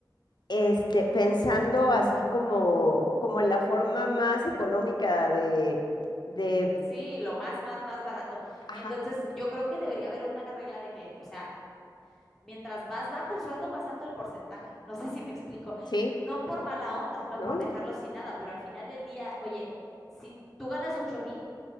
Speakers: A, on the left; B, in the centre.
A: este, pensando así como, como en la forma más económica de, de,
B: sí, lo más, más, más barato.
A: ajá,
B: Entonces, yo creo que debería haber una regla de que, o sea, Mientras más bajo el sueldo, más alto el porcentaje. No sé si me explico.
A: sí,
B: No por mala onda, no
A: ¿no?
B: por dejarlo sin nada, pero al final del día, oye, si tú ganas ocho mil